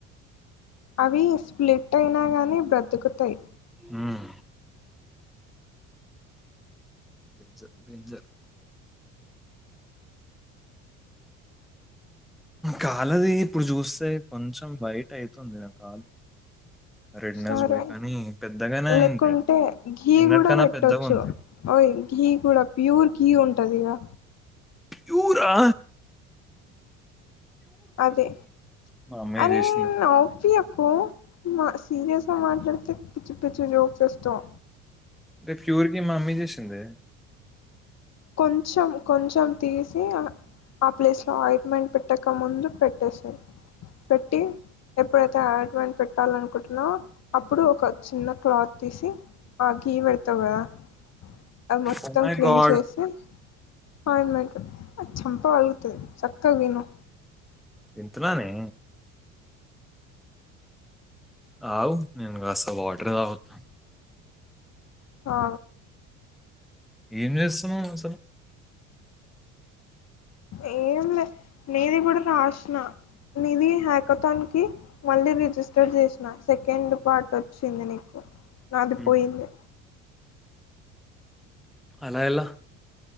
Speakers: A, on the left (about 40°); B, in the centre.
A: అవి స్ప్లిట్ అయినా గానీ బ్రతుకుతాయి
B: హ్మ్. బంజ బింజర్ కాలది ఇప్పుడు చూస్తే కొంచెం బయట అయితు ంది కాాల రెడ్నస్
A: సరే
B: పోయి కానీ పెద్దగానే
A: లేకుంటే
B: అయింది
A: గే
B: తిన్నట్కన్నా
A: కూడా పెట్టొచ్చు
B: పెద్దగా ఉంది
A: య గీ కూడా ప్యూర్ ఘీ ఉ ఉంటుదిగా
B: చూరా
A: అదే
B: మా అమ్మయ్య
A: అరే
B: చేసింది
A: నపి కు మా సీరియస్గా మాట్లాడితే పిచ్చు పిచ్చు జోక్స్ వస్తాం
B: అంటే ప్యూర్ గి మా మమ్మీ చేసిందే
A: కొంచెం కొంచెం తీసి ఆ ప్లేస్లో అయిర్మెంట్ పెట్టకముందు పెట్టేస పెట్టి ఎప్పుడైతే అడ్మెంట్ పెట్టాలనుకుంటున్నాో అప్పుడు ఒక చిన్న క్లాత్ తీసి ఆ గీ పెడుతా కదా అది మొత్తం
B: ఓ మై
A: క్లీన్
B: గాడ్
A: చేసి అపాయింట్మెంట్ అది చంపగలుగుతుంది చక్కగా విను
B: ఇంతలోనే అవు నేను అసలు ఆడర్ రాతాను
A: ఆ
B: ఏం చేస్తాను అసలు
A: ఏం లే నేది కూడా రాసిన నిది హ్యాకథాన్కి మళ్ళీ రిజిస్టర్ చేసిన సెకండ్ పార్ట్ వచ్చింది నీకు నాది
B: ఉమ్,
A: పోయింది
B: ఆలా ఎలా